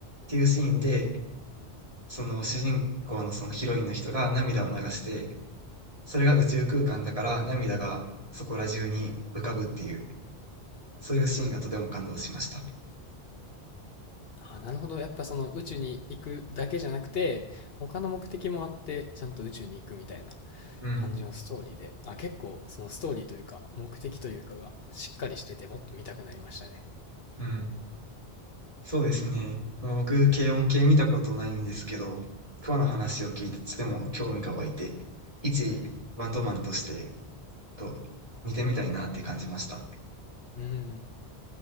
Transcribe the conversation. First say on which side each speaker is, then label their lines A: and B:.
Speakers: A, on the right; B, on the left.
A: ていうシーンで、その主人公のそのヒロインの人が涙を流して、それが宇宙空間だから涙がそこら中に浮かぶっていうそういうシーンがとても感動しました。
B: うん。あ、なるほど。やっぱその宇宙に行くだけじゃなくて、他の目的もあって、ちゃんと宇宙に行くみたいな。
A: うん、
B: 感じのストーリーで、あ、結構そのストーリーというか、目的というかがしっかりしてて、もっと見たくなりましたね。
A: うん。そうですね。まあ、僕、軽音系見たことないんですけど、今日の話を聞いてとても興味が湧いて、一バンドマンとして、
B: うん。
A: と、見てみたいなって感じました。
B: うん。